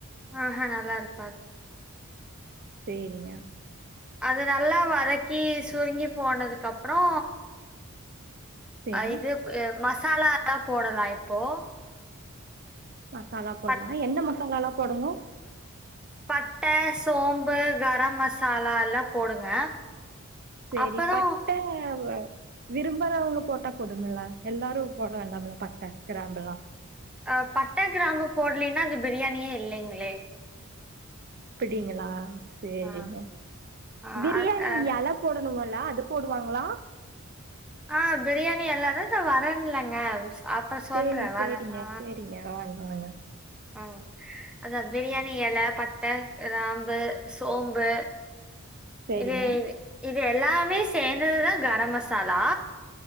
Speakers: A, in the centre; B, on the right (about 45°).
A: ஆஹா நல்லாருக்காது
B: சேரியா
A: அது நல்லா வதக்கி சுருங்கி போனதுக்கப்றோ
B: சரி
A: இது ப் மசாலாலா போடலா இப்போ
B: மசாலா போடலா
A: பட்
B: என்ன மசாலாலா போடணு
A: பட்ட சோம்பு கரம் மசாலால்லா போடுங்க
B: செரி
A: அப்பறோ
B: பட்ட எல விரும்பறவங்க போட்டா போதும்ல எல்லாரு போட வேண்டாம்ல பட்ட கிராம்புல்லா
A: அ பட்ட கிரம்பு போடலின்னா அது பிரியாணியே இல்லைங்களே
B: அப்டிங்களா செரிங்க
A: ஆ ஆ
B: பிரியாணி
A: அது அ
B: எல போடுனுவலா அது போடுவாங்களா
A: ஆ பிரியாணி எல எல்லாரு வரேன்லங்க அப்றோ சொல்றே
B: சரி
A: வர
B: சரிங்க
A: ஆ
B: சரிங்க வாங்க வாங்க
A: ஆ அத பிரியாணி எல பட்ட கிராம்பு சோம்பு
B: சரிங்க
A: இது இது எல்லாமே சேந்ததுதா கரம் மசாலா